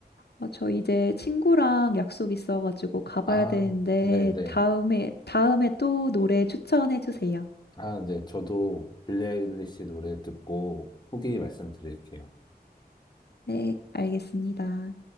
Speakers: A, on the left; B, on the left.
A: 어, 저 이제 친구랑 약속 있어가지고 가봐야
B: 아,
A: 되는데
B: 네, 네.
A: 다음에 다음에 또 노래 추천해 주세요.
B: 아, 네. 저도 빌리 아일리시 노래 듣고 후기 말씀드릴게요.
A: 네, 알겠습니다.